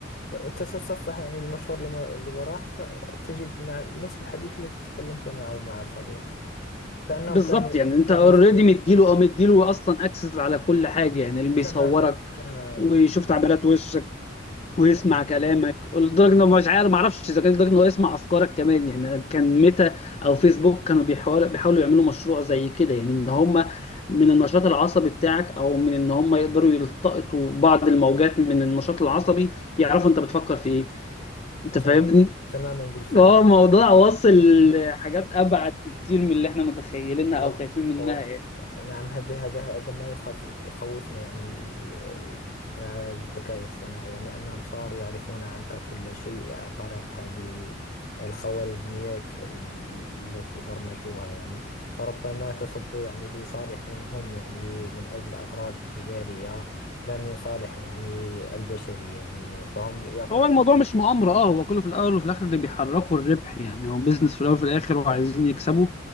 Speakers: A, on the left; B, on the left.
A: تتصفح يعني المشهور اللي م- اللي وراه ت- تجد نع- نفس الحديث الذي تكلمت معه مع صديقك وكأنهم
B: بالظبط
A: كانوا
B: يعني انت
A: كانوا
B: اوريدي
A: س-
B: مديله او مديله اصلا اكسس على كل حاجه يعني اللي بيصورك
A: تماما تماما
B: ويشوف
A: تماما
B: تعبيرات وشك ويسمع
A: تماما
B: كلامك لدرجه
A: تماما
B: انه مش عارف ما اعرفش اذا كان لدرجه انه يسمع افكارك كمان يعني كان ميتا او فيسبوك كانوا بيحاولوا بيحاولوا يعملوا مشروع زي كده يعني ان هم من النشاط العصبي بتاعك او من ان هم يقدروا يلتقطوا بعض الموجات من النشاط العصبي يعرفوا انت بتفكر في ايه انت
A: تمام
B: فاهمني
A: تماما بالفعل
B: هو موضوع واصل
A: <laughs>
B: حاجات ابعد بكتير من اللي احنا متخيلينها
A: وال...
B: او خايفين منها
A: و...
B: يعني
A: نعم هذا هذا هذا ما يخاف يخوفنا يعني م- آه، آه، بالذكاء الصناعي يعني أنهم صاروا يعرفون عنك كل شيء عن طريق هذه الخوارزميات ال- التي برمجوها يعني فربما تصب يعني في صالحهم هم يعني من أجل أغراض تجارية لا من صالح يعني البشرية يعني فهم
B: هو الموضوع مش مؤامرة اه هو كله في الأول وفي الآخر اللي بيحركه الربح يعني هو بيزنس في الأول وفي الآخر وعايزين يكسبوا